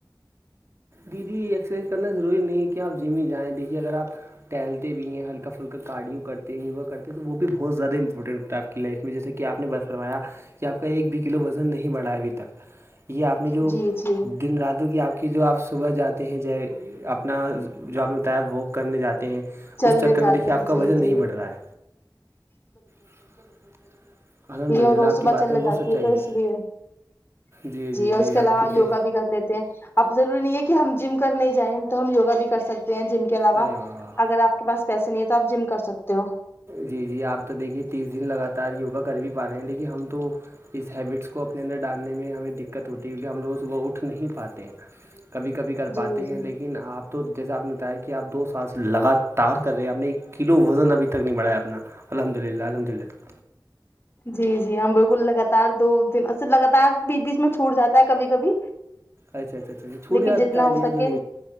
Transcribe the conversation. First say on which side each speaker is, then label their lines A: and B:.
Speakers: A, on the right; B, on the left.
A: دیدی ایکسرسائز کرنا ضروری نہیں ہے کہ آپ جم ہی جائیں دیکھیے اگر آپ ٹہلتے بھی ہیں ہلکا پھلکا کاارڈیوں کرتے ہیں یوگا کرتے ہیں تو وہ بھی بہت زیادہ امپورٹنٹ ہوتا ہے آپ کا لائف میں جیسے کہ آپ نے ب فرمایا کہ آپ کا ایک بھی کلو وزن نہیں بڑھا ہے ابھی تک یہ آپ نے جو
B: جی جی
A: دن راتوں کی آپ کی جو آپ صبح جاتے ہیں جے آپ اپنا جو آپ نے بتایا وہ کرنے جاتے ہیں
B: چلنے
A: اس چکر
B: جاتے
A: میں دیکھیے
B: ہیں
A: آپ کا
B: جی
A: وزن نہیں
B: جی
A: بڑھ رہا ہے بالکل بالکل الحمد
B: یہ
A: اللہ
B: روز
A: آپ
B: صبح
A: کی بات
B: چلنے
A: میں بہت
B: جاتی
A: سچائی
B: ہوں تو
A: ہے
B: اس لیے
A: جی جی
B: اور
A: جی
B: اس کے
A: آپ
B: علاوہ
A: کتے
B: یوگا بھی کر لیتے ہیں اب ضروری نہیں ہے کہ ہم جم کرنے جائیں تو ہم یوگا بھی کر سکتے ہیں جم کے علاوہ
A: ارے واہ واہ
B: اگر آپ کے پاس پیسے نہیں ہے تو آپ جم کر سکتے ہو
A: جی جی آپ تو دیکھیے تیس دن لگاتار یوگا کر بھی پا رہے ہیں دیکھیے ہم تو اس ہیبٹس کو اپنے اندر ڈالنے میں ہمیں دقت ہوتی ہے کیونکہ ہم روز صبح اٹھ نہیں پاتے ہیں کبھی کبھی کر
B: جی
A: پاتے ہیں
B: جی
A: لیکن آپ تو جیسے آپ نے بتایا کہ آپ دو سال سے لگاتار کر رہے ہیں آپ نے ایک کلو وزن ابھی تک نہیں بڑھایا اپنا الحمد اللہ الحمد اللہ
B: جی جی ہم بالکل لگاتار دو دن لگاتار بیچ بیچ میں چھوٹ جاتا ہے کبھی کبھی
A: اچھا اچھا اچھا اچا چھوٹ
B: لیکن
A: جاتا
B: جتنا ہو
A: جی
B: سکے
A: ارے